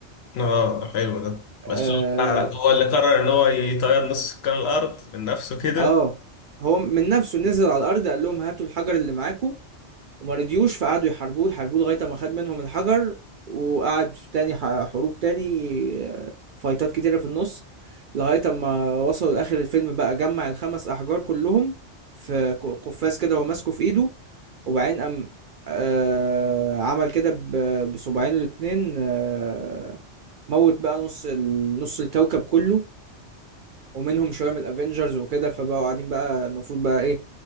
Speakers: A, on the left (about 65°); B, on the right (about 60°).
A: اه ده حلو ده بس
B: اه
A: هو هو اللي قرر ان هو يطير نص سكان الارض من نفسه كده
B: آه. هو من نفسه نزل على الارض قال لهم هاتوا الحجر اللي معاكم وما رضيوش فقعدوا يحاربوه يحاربوه لغايه ما خد منهم الحجر وقعد في تاني ح- حروب تاني آه، فايتات كتيره في النص لغايه ما وصلوا لاخر الفيلم بقى جمع الخمس احجار كلهم في ق- قفاز كده هو ماسكه في ايده وبعدين قام آه عمل كده ب- بصباعين الاتنين آه موت بقى نص ال- نص الكوكب كله ومنهم شويه من الافينجرز وكده فبقوا قاعدين بقى المفروض بقى ايه